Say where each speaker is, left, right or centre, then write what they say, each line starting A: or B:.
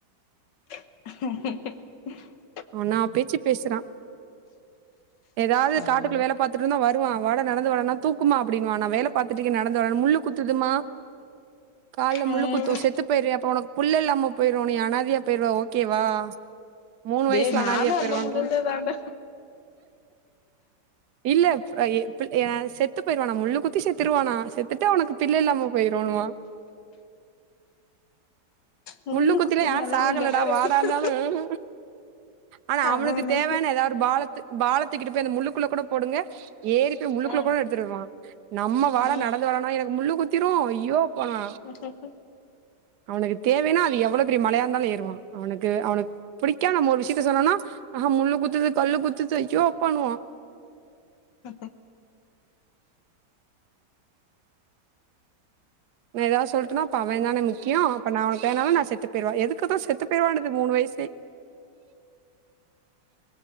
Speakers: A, on the left; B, on the right.
A: <inaudible>
B: என்னா பேச்சு பேசுறா ஏதாவது
A: அதானே
B: காட்டுக்குள்ள வேல பாத்துட்டு இருந்தா வருவா வாடா நடந்து வாடானா தூக்குமா அப்டின்னுவா நா வேல பாத்துருக்கே நடந்து முள்ளு குத்துதுமா கால
A: ம்
B: முள்ளுக்குத்து செத்து போய்ரியா அப்போ புள்ள இல்லமா போய்டுவானோ அனாதையா போயிருவ ஓகேவா மூணு வயசுல
A: ஏ நானும்
B: அனாதையா போயிருவான்றா
A: அந்த முடிவுல தாண்ட
B: இல்ல எப்ப செத்து போயிடுவானா முள்ளு குத்தி செத்துருவானா செத்துட்டா உனக்கு பிள்ளை இல்லாம போயிரோணுமா
A: முள்ளு
B: முள்ளுக்குத்தில
A: குத்துனாலா
B: யார் சாகலடா
A: இந்த மாரி
B: வாடானாலும்
A: ஆகுது
B: ஆனா
A: அதானே
B: அவனுக்கு தேவையான ஏதாவது பாலத்து பாலத்து போய் முள்ளுக்குள்ள கூட போடுங்க ஏறிப்போய் முள்ளுக்குள்ள
A: ம்
B: கூட எடுத்துடுவான் நம்ம வாழ
A: ம்
B: நடந்து வரனா முள்ளு குத்திரும் ஐயோ
A: <inaudible>
B: போனா அவனுக்கு தேவைனா அது எவ்ளோ பெரிய மலையா இருந்தாலும் ஏறுவான் அவனுக்கு அவனுக்கு பிடிக்காம நம்ம விஷயம் விசியத்தை சொன்னோம்னா ஆஹ முள்ளு குத்துது கல்லு குத்துச்சு அய்யோ அப்பானுவான்
A: ஹ
B: நான் ஏதாவது சொல்லிட்டட்டுனா அப்ப அவன் தானே முக்கியம் அப்ப நான் உனக்குனாலும் நான் செ செத்து போய்ருவா எதுக்குதான் செத்து போய்ருவானது மூணு வயசுல